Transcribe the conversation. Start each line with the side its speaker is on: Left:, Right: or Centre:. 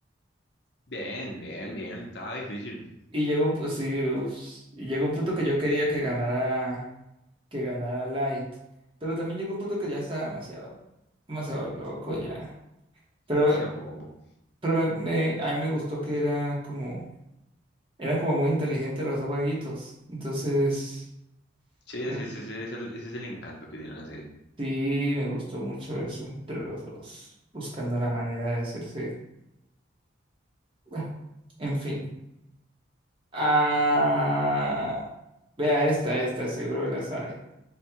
Left: Bien, bien,
Right: Y,
Left: bien. Estaba difícil.
Right: y llegó un, pu- sí, us- y llegó un punto que yo quería que ganara, que ganara Light. Pero también llegó un punto que ya estaba demasiado, demasiado loco ya. Pero,
Left: Sí, un poco, un poco.
Right: pero me, me- a mí me gustó que era como, eran como muy inteligentes los dos vaguitos. Entonces,
Left: Sí,
Right: me,
Left: ese, ese- ese es el, ese es el encanto que tiene la serie.
Right: Sí, me gustó mucho eso entre los dos, buscando la manera de hacerse. Bueno, en fin. Ah, vea esta, esta, seguro la sabe.